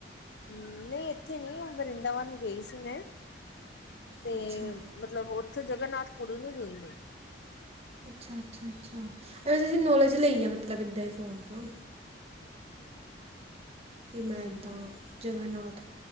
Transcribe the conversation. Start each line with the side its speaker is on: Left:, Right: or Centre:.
Left: ਹਮ ਨਹੀਂ ਇੱਥੇ ਨੀ ਵਰਿੰਦਾਵਨ ਗਈ ਸੀ ਮੈਂ ਤੇ
Right: ਅੱਛਾ
Left: ਮਤਲਬ ਉੱਥੇ ਜਗਨਨਾਥਪੁਰੀ ਨੂੰ ਗਈ ਮੈਂ
Right: ਅੱਛਾ ਅੱਛਾ ਅੱਛਾ ਅ ਤੁਸੀਂ ਨੌਲੇਜ ਲਈ ਆ ਮਤਲਬ ਇੱਦਾਂ ਹੀ ਫ਼ੋਨ ਤਾਂ ਮੈਂ
Left: ਹਮ
Right: ਇੱਦਾਂ ਜਗਨਨਾਥ